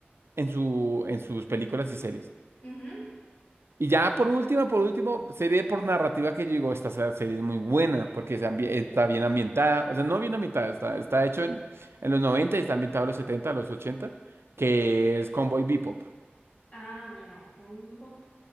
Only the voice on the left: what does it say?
ujú.
Ah, bueno, Cowboy Bebop.